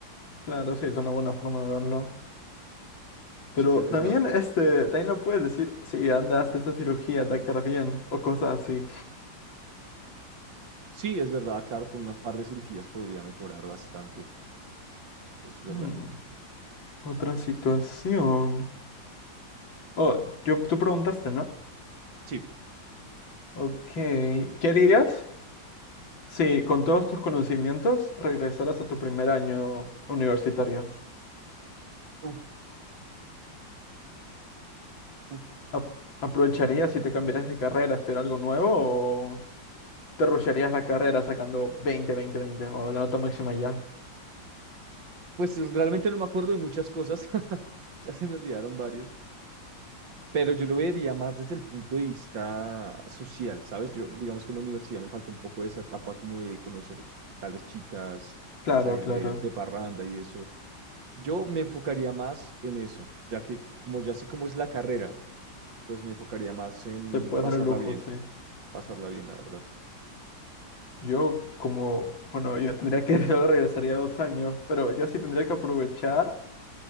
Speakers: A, on the left; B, on the right.
A: Claro, sí, es una buena forma de verlo. Pero
B: Sí, creo
A: también,
B: que es la...
A: este, también lo puedes decir, sí, anda, hasta esta cirugía, te va a quedar bien, o cosas así.
B: Sí, es verdad, claro, con unas par de cirugías podría mejorar bastante. Es verdad.
A: Hmm, otra situación. Oh, yo, tú preguntaste, ¿no?
B: Sí.
A: Ok. ¿Qué harías si con todos tus conocimientos regresaras a tu primer año universitario?
B: Uf, uf.
A: ¿Ap- ¿Aprovecharías si te cambiaras de carrera, estudiar algo nuevo te rushearías la carrera sacando 20, 20, 20 o la nota máxima y ya.
B: Pues realmente no me acuerdo de muchas cosas. <laughs> Ya se me olvidaron varias. Pero yo lo vería más desde el punto de vista social, ¿sabes? Yo, digamos que en la universidad me falta un poco esa etapa como de conocer tal vez chicas,
A: Claro,
B: salir
A: claro.
B: de, de parranda y eso. Yo me enfocaría más en eso, ya que como ya sé cómo es la carrera, pues me enfocaría más en
A: Te puedes
B: pasarla
A: dar el lujo,
B: bien,
A: sí.
B: pasarla bien, la verdad.
A: Yo como, bueno, yo tendría que, <laughs> yo regresaría dos años, pero yo sí tendría que aprovechar